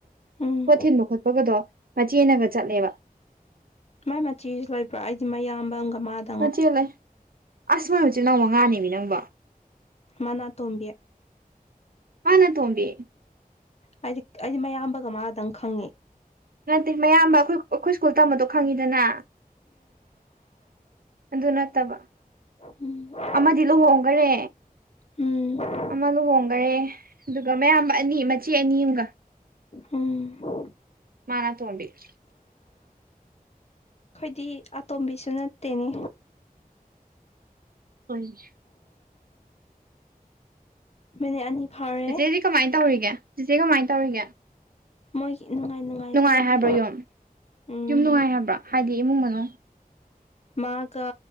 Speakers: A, on the left; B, on the right.
A: ꯎꯝ
B: ꯄꯣꯠ ꯊꯤꯟꯕ ꯈꯣꯠ ꯄꯒꯗꯣ ꯃꯆꯦꯅꯒꯥ ꯆꯠꯂꯦꯕ
A: ꯃꯥꯏ ꯃꯆꯦꯁꯨ ꯂꯩꯕ꯭ꯔꯣ ꯑꯩꯗꯤ ꯃꯌꯥꯝꯕ ꯑꯝꯒ ꯃꯥꯗ
B: ꯃꯆꯦ ꯂꯩ ꯑꯁ ꯃꯣꯏ ꯃꯆꯤꯟꯅꯥꯎ ꯃꯉꯥꯅꯦꯃꯤ ꯅꯪꯕꯣ
A: ꯃꯥꯅꯥ ꯑꯇꯣꯝꯕꯤ
B: ꯃꯥꯅ ꯑꯇꯣꯝꯕꯤ
A: ꯑꯩꯗꯤ ꯑꯩꯗꯤ ꯃꯌꯥꯝꯕꯒ ꯃꯥꯗꯪ ꯈꯪꯉꯤ
B: ꯅꯠꯇꯦ ꯃꯌꯥꯝꯕ ꯑꯈꯣꯏ ꯑꯈꯣꯏ ꯁ꯭ꯀꯨꯜ ꯇꯝꯕꯗꯣ ꯈꯪꯉꯤꯗꯅ ꯑꯗꯨ ꯅꯠꯇꯕ
A: ꯎꯝ
B: ꯑꯃꯗꯤ ꯂꯨꯍꯣꯡꯒꯔꯦ
A: ꯎꯝ
B: ꯑꯃ ꯂꯨꯍꯣꯡꯒꯔꯦ ꯗꯨꯒ ꯃꯌꯥꯝꯕ ꯑꯅꯤ ꯃꯆꯦ ꯑꯅꯤ ꯑꯝꯒ
A: ꯎꯝ
B: ꯃꯥꯅ ꯇꯣꯝꯕꯤ
A: ꯈꯣꯏꯗꯤ ꯑꯇꯣꯝꯕꯤꯁꯨ ꯅꯠꯇꯦꯅꯦ
B: ꯍꯣꯏꯅꯦ
A: ꯃꯤꯅꯤꯠ ꯑꯅꯤ ꯐꯥꯔꯦ
B: ꯆꯤꯆꯦꯗꯤ ꯀꯃꯥꯏꯟ ꯇꯧꯔꯤꯒꯦ ꯆꯤꯆꯦ ꯀꯃꯥꯏꯟ ꯇꯧꯔꯤꯒꯦ
A: ꯃꯣꯏꯒꯤ ꯅꯨꯉꯥꯏ ꯅꯨꯉꯥꯏ
B: ꯅꯨꯡꯉꯥꯏ
A: ꯂꯦꯜꯂꯤ
B: ꯍꯥꯏꯕ꯭ꯔꯣ ꯌꯨꯝ
A: ꯎꯝ
B: ꯌꯨꯝ ꯅꯨꯡꯉꯥꯏ ꯍꯥꯏꯕ꯭ꯔꯥ ꯍꯥꯏꯗꯤ ꯏꯃꯨꯡ ꯃꯅꯨꯡ
A: ꯃꯥꯒ